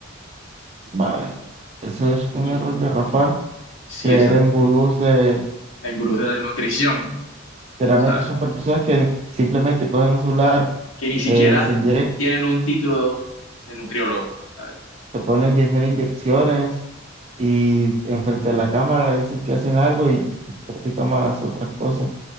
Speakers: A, on the right (about 30°); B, on the left (about 80°).
A: vale, eso es un
B: Y
A: error garrafal,
B: sí,
A: creer
B: exacto.
A: en vudús de
B: En gurús de la nutrición,
A: Generalmente
B: ¿sabes?
A: son personas que simplemente cogen un celular,
B: Que ni siquiera
A: eh, se inyectan,
B: tienen un título de nutriólogo, ¿sabes?
A: se ponen 10.000 inyecciones y enfrente de la cámara dicen que hacen algo y detrás de cámara hacen otras cosas.